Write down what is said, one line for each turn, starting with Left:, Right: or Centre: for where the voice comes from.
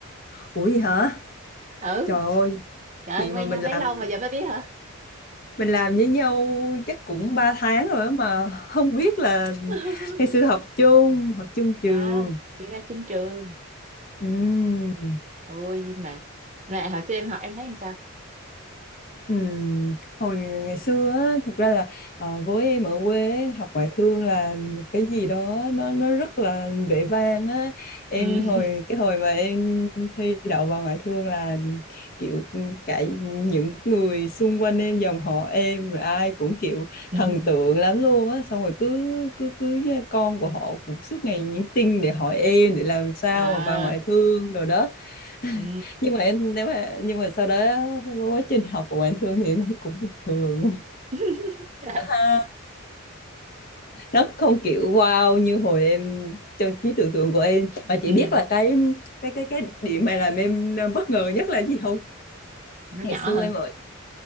Left: Ủa gì hả?
Right: Ừ,
Left: Trời ơi,
Right: trời ơi,
Left: vậy
Right: quen
Left: mà mình
Right: nhau bấy
Left: làm
Right: lâu mà giờ mới biết hả?
Left: mình làm với nhau chắc cũng 3 tháng rồi á mà không biết là
Right: <laughs>
Left: ngày xưa học chung, học chung trường.
Right: À, chị ra chung trường.
Left: Ừm.
Right: Ôi, nhưng mà mẹ hồi xưa em học em thấy làm sao?
Left: Ừm, hồi ngày xưa á, thực ra là ờ, với em ở quê ấy, học ngoại thương là một cái gì đó nó nó rất là vẻ vang á em
Right: Ừ.
Left: hồi cái hồi mà em thi đậu vào ngoại thương là kiểu cả những người xung quanh em dòng họ em rồi ai cũng kiểu
Right: <laughs>
Left: thần tượng lắm luôn á xong rồi cứ cứ cứ con của họ cũng suốt ngày nhắn tin để hỏi em để làm sao
Right: À,
Left: mà vào ngoại thương rồi đó <laughs>
Right: ừ.
Left: nhưng mà em nếu mà nhưng mà sau đó qua quá trình học của ngoại thương thì em thấy cũng bình thường
Right: <laughs> À,
Left: Ha, nó không kiểu wow như hồi em trong trí tưởng tượng của em mà
Right: Ừ.
Left: chị biết là cái cái cái cái điểm mà làm em bất ngờ nhất là gì không
Right: Nó
Left: ngày
Right: nhỏ
Left: xưa
Right: hơn,
Left: em ở